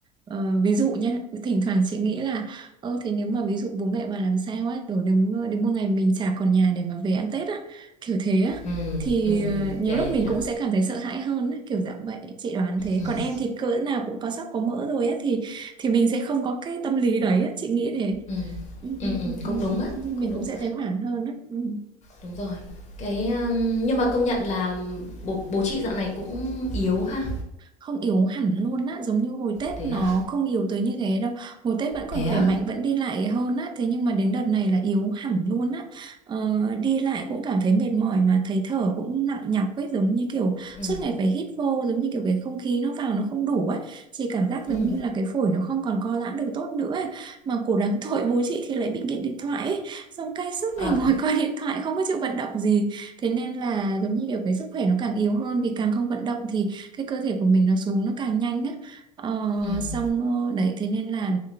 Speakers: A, on the right; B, on the left.
A: ờ, ví dụ nhá thỉnh thoảng chị nghĩ là ơ thế nếu mà ví dụ bố mẹ mà làm sao á kiểu đến đến một ngày mình chả còn nhà để mà về ăn Tết á kiểu thế á
B: ừ
A: thì
B: ừ ừm,
A: ờ,
B: ừm,
A: nhiều
B: yeah,
A: lúc
B: yeah,
A: mình
B: yeah.
A: cũng sẽ cảm thấy sợ hãi hơn á, kiểu dạng vậy chị đoán thế
B: Ừm,
A: còn em thì cỡ nào cũng có sắp có mỡ rồi á thì thì mình sẽ không có cái tâm lý đấy á, chị nghĩ thế
B: ừm,
A: Ừ,
B: ừm,
A: ừ,
B: ừm,
A: ừ, ừ.
B: cũng đúng á,
A: ừ.
B: cũng
A: mình
B: đúng,
A: cũng sẽ thấy hoảng hơn á. Ừ.
B: đúng rồi. Cái, a, nhưng mà công nhận là bố bố chị dạo này cũng yếu ha?
A: không yếu hẳn luôn á giống như hồi Tết
B: Thế
A: nó
B: à?
A: không yếu tới như thế đâu hồi Tết vẫn còn
B: Thế á?
A: khỏe mạnh vẫn đi lại hơn á thế nhưng mà đến đợt này là yếu hẳn luôn á ờ, đi lại cũng cảm thấy mệt mỏi mà thấy thở cũng nặng nhọc ấy giống như kiểu
B: ừ
A: suốt ngày phải hít vô giống như kiểu cái không khí nó vào nó không đủ ấy chị cảm giác giống
B: ừm,
A: như là cái phổi nó không còn co giãn được tốt nữa ấy. mà cổ đáng <laughs> tội bố chị thì lại bị nghiện điện thoại ấy. xong cái suốt
B: ờ.
A: ngày ngồi <laughs> coi điện thoại không có chịu vận động gì thế nên là giống như kiểu cái sức khỏe nó càng yếu hơn vì càng không vận động thì cái cơ thể của mình nó xuống nó càng nhanh á ờ,
B: Ừm,
A: xong ờ, đấy thế nên là